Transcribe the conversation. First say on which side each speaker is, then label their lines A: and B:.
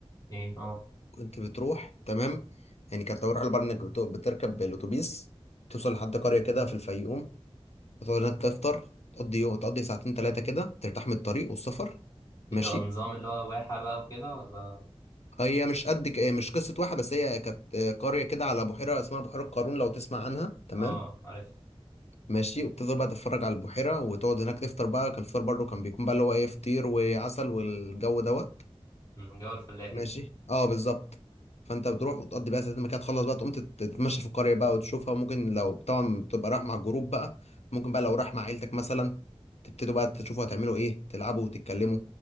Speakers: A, on the left; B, on the left.
A: ايه اه
B: كنت بتروح تمام يعني كانت لو رحلة بقى انك بت- بتركب الاتوبيس توصل لحد قرية كده في الفيوم وتقعد هناك تفطر تقضي يوم تقضي ساعتين تلاتة كده ترتاح من الطريق والسفر
A: بتبقى
B: ماشي
A: نظام اللي هو واحه بقى وكده ولا
B: هي مش قد ك- مش قصة واحد بس هي كانت قرية كده على بحيرة اسمها بحيرة قارون لو تسمع عنها تمام
A: اه عارف
B: ماشي وبتفضل بقى تتفرج على البحيرة وتقعد هناك تفطر بقى كان الفطار برضه كان بيكون بقى اللي هو ايه فطير وعسل والجو دوت
A: أمم، جو الفلاحي
B: ماشي
A: ده
B: اه بالظبط فانت بتروح وتقضي بقى ساعتين ما كده تخلص بقى تقوم تت- تتمشى في القرية بقى وتشوفها وممكن لو طبعا بتبقى رايح مع الجروب بقى ممكن بقى لو رايح مع عيلتك مثلا تبتدوا بقى تشوفوا هتعملوا ايه تلعبوا وتتكلموا